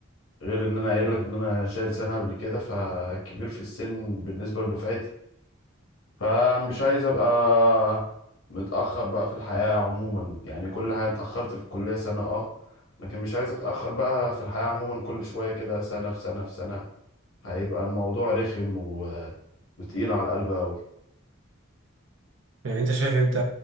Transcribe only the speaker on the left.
غير إن أنا قايل لك إن أنا شايل سنة قبل كده فكبير في السن بالنسبة لدفعتي فمش عايز ابقى متأخر بقى في الحياة عموما يعني كل حاجة اتأخرت في الكلية سنة اه لكن مش عايز اتأخر بقى في الحياة عموما كل شوية كده سنة في سنة في سنة هيبقى الموضوع رخم و... وتقيل على القلب أوي